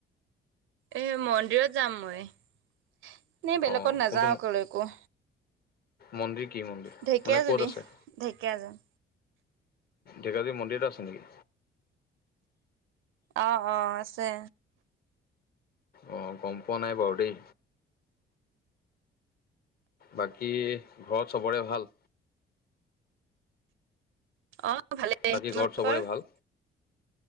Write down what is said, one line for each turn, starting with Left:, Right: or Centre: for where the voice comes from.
Right: এ মন্দিৰত যাম মই এনেই বেলেগত
Left: অ
Right: নাযাও
Left: কোনটো
Right: একলৈকো।
Left: মন্দিৰ কি মন্দিৰ
Right: ঢেকীয়াজুলি
Left: মানে ক'ত আছে?
Right: ঢেকীয়াজুলি
Left: ঢেকাজী মন্দিৰ এটা আছে নেকি?
Right: অ', অ', আছে।
Left: অ, গম পোৱা নাই বাৰু দেই। বাকী ঘৰত চবৰে ভাল।
Right: অ, ভালেই
Left: বাকী
Right: তোমালোকৰ?
Left: ঘৰত চবৰে
Right: <unintelligible>
Left: ভাল?